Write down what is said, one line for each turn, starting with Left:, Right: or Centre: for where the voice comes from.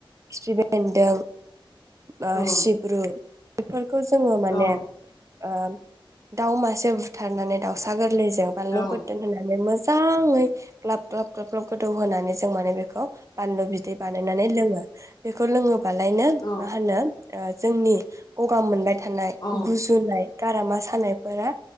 Right: खिफिबेन बेनदों ओ
Left: औ
Right: सिब्रु फोरखौ जोंङो माने
Left: औ
Right: ओ दाउ मासे बुथारनानै दाउसा गोरलैजों जों बानलु
Left: औ
Right: बोरदोन होनानै मोजा मोजाङै ग्लाब ग्लाब ग्लाब ग्लाब गोदौ होनानै जों माने बेखौ बानलु बिदै बानायनानै लोंङो। बेखौ लोंङोब बालायनो
Left: औ औ
Right: मा होनो ओ जोंनि गगा मोननाय थानाय
Left: औ
Right: गुजुनाय गारामा सा सानायफोरा